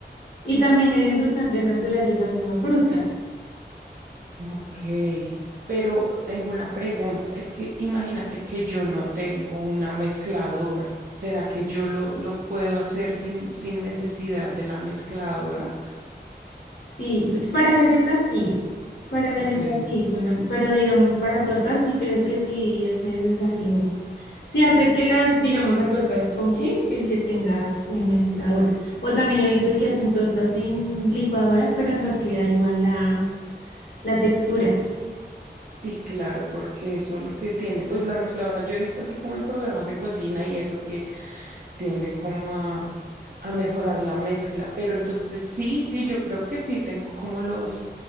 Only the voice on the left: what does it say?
Y también el endulzante natural es la misma fruta.
Sí, b- para galletas sí, para galletas
sí, con la- pero digamos para tortas sí creo que sí es necesario. Sí, hace que la, digamos, la torta esponje, el que tengas en mezcladora. O también he visto
que hacen tortas en licuadora, pero no queda igual la, la textura.